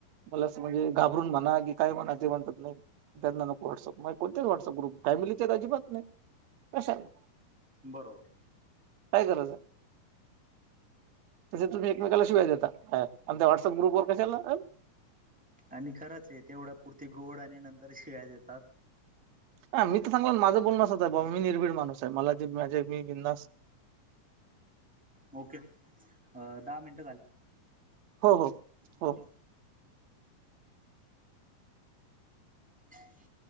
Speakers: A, on the right; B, in the centre.
A: मला असं म्हणजे घाबरून म्हणा की काय म्हणा ते म्हणतात नाही. त्यांना नको व्हॉट्सअप कोणतेच व्हॉट्सअप ग्रुप फॅमिलीच्या अजिबात नाही कशाला.....
B: बरोबर.....
A: काय गरज आहे तसे तुम्ही एकमेकाला शिव्या देता. अ आमच्या वॉट्सअप ग्रुप वर कशाला अ...
B: आणि खरंच आहे तेवढा पुरती गोड आणि नंतर शिव्या देतात.
A: ह मी तर सांगला माझं बोलणसच आहे मी निर्भीड माणूस आहे मला जे माझे मी बिनधास्त...
B: ओके अ. दहा मिनिटं...
A: हो हो
B: ओके
A: हो....
B: ह....